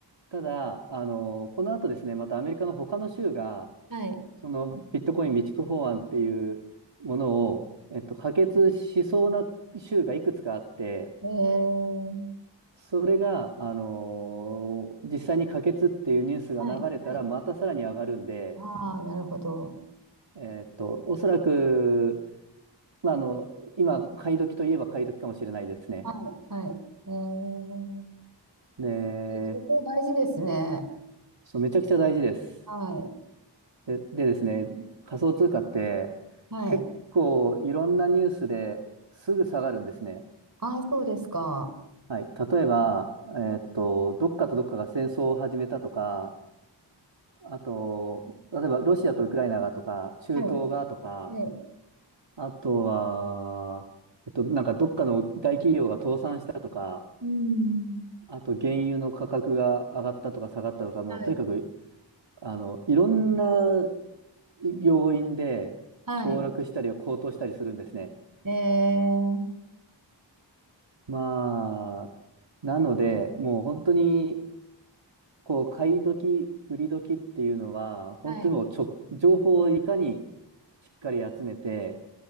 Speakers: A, on the right (about 75°); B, on the right (about 50°).
A: ただ、あの、この後ですね、またアメリカの他の州が、
B: はい。
A: そのビットコイン備蓄法案っていうものを、えっと、可決しそうな州がいくつかあって、
B: ええ、
A: それが、あの実際に可決っていうニュースが流れたら、
B: はい。はい。
A: またさらに上がるんで、
B: ああ、なるほど。
A: えーっと、おそらく、まあ、あの、今、買い時といえば買い時かもしれないですね。
B: はい、はい。えー、
A: で、
B: え情報大事ですね。
A: そう、めちゃくちゃ大事です。
B: は
A: で、でですね、仮想通貨って、
B: い、はい。
A: 結構いろんなニュースですぐ下がるんですね。
B: ああ、そうですか。
A: はい。例えば、えーっと、どっかとどっかが戦争を始めたとか、あと、例えばロシアとウクライナがとか、中東がとか、
B: はい、はい。
A: あとは、えっと、なんかどっかの大企業が倒産したとか、
B: うん。
A: あと原油の価格が上がったとか下がったとか、もうとにかく、
B: はい、
A: あの、いろんな要因で暴落したり高騰したりするんですね。
B: はい。えー、
A: まあ、なので、もう本当に、こう、買い時、売り時っていうのは、本当にもうちょ、
B: はい。
A: 情報をいかにしっかり集めて、